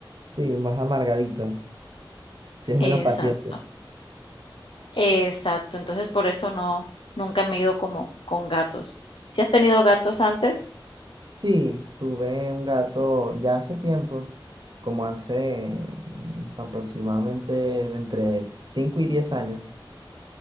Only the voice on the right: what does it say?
Sí, más amargadito. Tienes
menos paciencia.
Sí, tuve un gato ya hace tiempo, como hace mm, aproximadamente de entre 5 y 10 años,